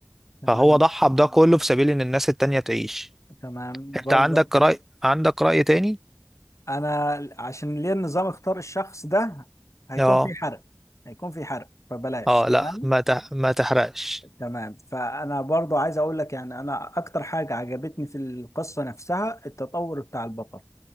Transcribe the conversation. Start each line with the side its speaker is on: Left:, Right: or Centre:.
Left: تمام
Centre: فهو ضحى بده كله في سبيل ان الناس التانية تعيش
Left: تمام برضه
Centre: انت عندك رأي عندك رأي تاني
Left: انا عشان ليه النظام اختار الشخص ده هيكون
Centre: اه
Left: في حرق هيكون في حرق فبلاش
Centre: اه لا
Left: تمام
Centre: ما تح... ما تحرقش
Left: تمام فانا برضو عايز اقول لك يعني انا اكتر حاجه عجبتني في القصه نفسها التطور بتاع البطل